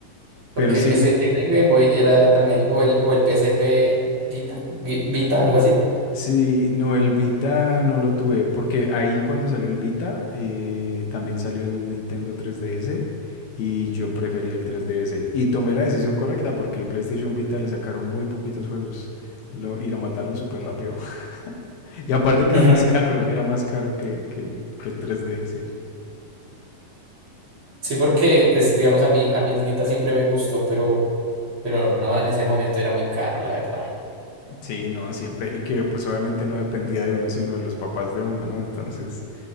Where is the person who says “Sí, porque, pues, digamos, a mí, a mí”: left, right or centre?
Right